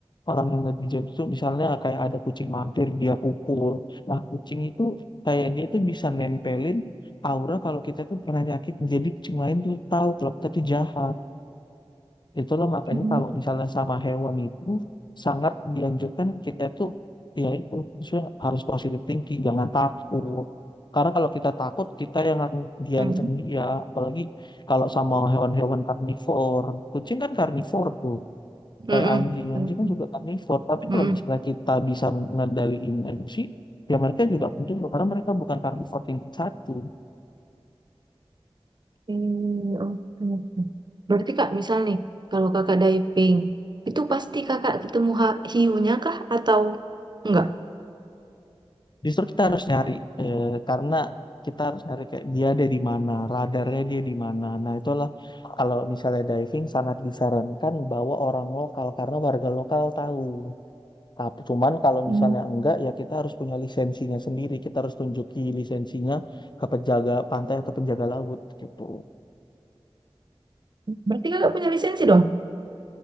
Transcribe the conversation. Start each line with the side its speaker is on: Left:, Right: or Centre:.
Left: orang yang lebih jahat itu misalnya kayak ada kucing mampir, dia pukul. Nah, kucing itu kayak dia itu bisa nempelin aura kalau kita tuh pernah nyakit. Jadi kucing lain tuh tahu kalau kita tuh jahat. Itulah makanya
Right: Mm.
Left: kalau misalnya sama hewan itu sangat dianjurkan kita tuh ya itu maksudnya harus positive thinking, jangan takut. Karena kalau kita takut, kita yang akan diancam
Right: Mm.
Left: dia. Apalagi kalau sama hewan-hewan karnivor. Kucing kan karnivor tuh
Right: Mm-mm.
Left: kayak anjing
Right: Mm.
Left: anjing kan juga karnivor tapi
Right: mm
Left: kalau misalnya kita bisa ngendaliin emosi ya mereka juga penting loh, karena mereka bukan karnivor tingkat satu
Right: Hmm, oke, oke. Berarti Kak, misal nih, kalau Kakak diving, itu pasti Kakak ketemu ha- hiunya kah atau enggak?
Left: justru kita harus nyari eh, karena kita harus nyari kayak dia ada di mana radarnya dia di mana nah itulah kalau misalnya diving sangat disarankan bawa orang lokal karena warga lokal tahu tapi cuman kalau
Right: Hmm.
Left: misalnya enggak ya kita harus punya lisensinya sendiri kita harus tunjuki lisensinya ke penjaga pantai atau penjaga laut gitu
Right: Berarti Kakak punya lisensi dong?